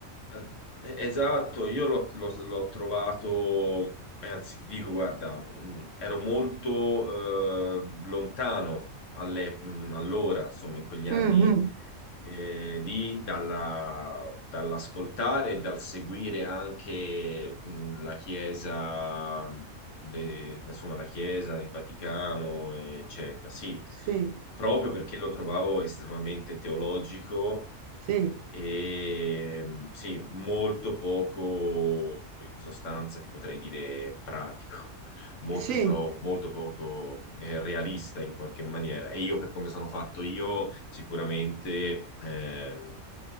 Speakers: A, on the left; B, on the right.
A: Eh, Esatto, io l'ho l'ho- l'ho trovato, eh, anzi ti dico, guarda, mh, ero molto eh, lontano alle- mh, allora, insomma, in quegli anni
B: Mhm,
A: eh, lì, dalla- dall'ascoltare e dal seguire anche mh, la Chiesa, mh, de- insomma, la Chiesa, il Vaticano, eccetera. Sì,
B: Sì,
A: proprio perché lo trovavo estremamente teologico
B: sì,
A: e mh, sì, molto poco, in sostanza ti potrei dire pratico, <laughs> molto,
B: sì.
A: pro- molto poco eh, realista in qualche maniera. E io, per come sono fatto io, sicuramente ehm,